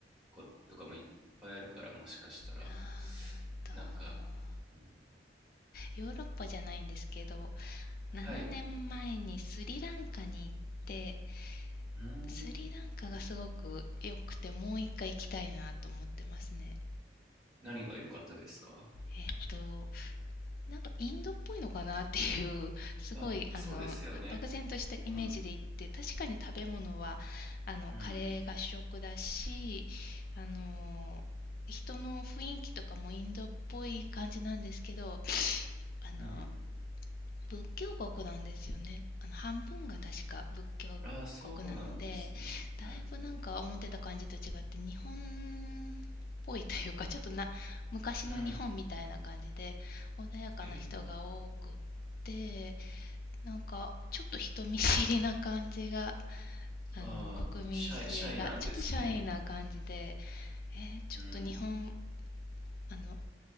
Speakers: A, in the centre; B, on the left.
A: ことかもいっぱいあるから、もしかしたら。
B: あーと
A: なんか、うん、
B: ヨーロッパじゃないんですけど、7年前にスリランカに行って、
A: はい。うーん。
B: スリランカがすごく良くて、
A: うん。
B: もう一回行きたいなと思ってますね。
A: 何が良かったですか
B: えっと、なんかインドっぽいのかなっていう、すごい、
A: あ、
B: あの、
A: そうですよね。
B: 漠然としたイメージで行って、
A: うん。
B: 確かに食べ物は、あの、
A: うん。
B: カレーが主食だし、あの、人の雰囲気とかもインドっぽい感じなんですけど、あの、
A: うん。
B: 仏教国なんですよね。あの、半分が確か仏教国なので、
A: ああ、そうなんですね。
B: だいぶなんか思ってた感じと違って、
A: うん。
B: 日本っぽいというか、ちょっとな、昔の日本みたいな感じで、
A: うん。
B: 穏やかな人が多くって、
A: えー、
B: なんか、ちょっと人見知りな感じが、あの、
A: ああ、
B: 国民性が、
A: シャイ、シャイなんですね。
B: ちょっとシャイな感じで、えーちょっと日本、
A: うん。
B: あの、